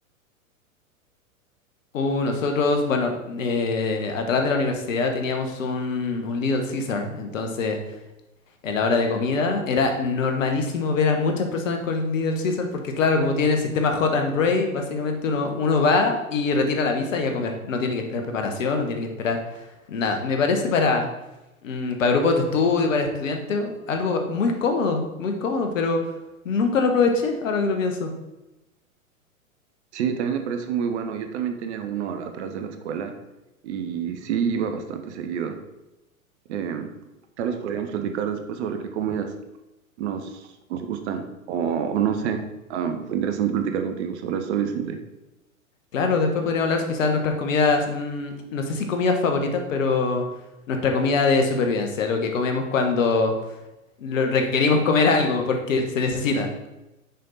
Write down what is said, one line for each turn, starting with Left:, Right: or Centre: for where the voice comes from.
Left: Uh, nosotros, bueno, eh, atrás de la universidad teníamos un, un Little Caesar, entonces en la hora de comida era normalísimo ver a muchas personas con Little Caesar, porque claro, como tiene el sistema Hot and Ready, básicamente uno, uno va y retira la visa y a comer, no tiene que esperar preparación, no tiene que esperar nada. Me parece para, mm, para grupos de estudio, para estudiantes, algo muy cómodo, muy cómodo, pero nunca lo aproveché ahora que lo pienso.
Right: Sí, también me parece muy bueno. Yo también tenía uno al- atrás de la escuela y sí iba bastante seguido. Eh, tal vez podríamos platicar después sobre qué comidas nos, nos gustan o, o no sé. Ah, fue interesante platicar contigo sobre esto, Vicente.
Left: Claro, después podríamos hablar quizás de nuestras comidas, mm, no sé si comidas favoritas, pero nuestra comida de supervivencia, lo que comemos cuando lo- requerimos comer algo porque se necesita.